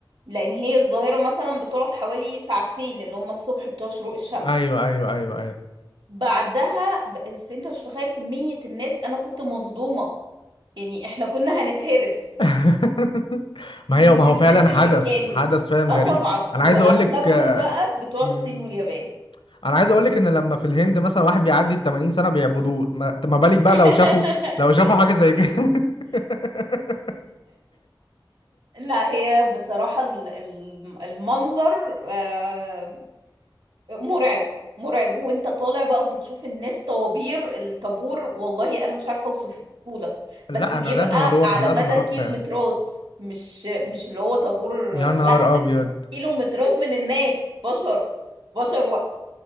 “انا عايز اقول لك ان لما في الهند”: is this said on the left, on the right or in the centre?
Left